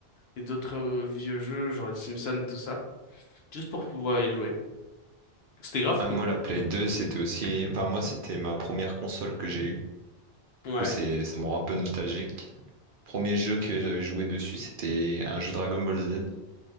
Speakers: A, on the left; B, on the right.
A: et d'autres euh, vieux jeux, genre les Simpsons, tout ça, juste pour pouvoir y jouer. C'était grave
B: Ah,
A: cool.
B: moi, la Play 2, c'était aussi. Enfin, moi, c'était ma première console que j'ai eue.
A: Ouais,
B: Du coup, c'est... ça me rend un peu nostalgique. Premier jeu que j'avais joué dessus, c'était un jeu Dragon Ball Z.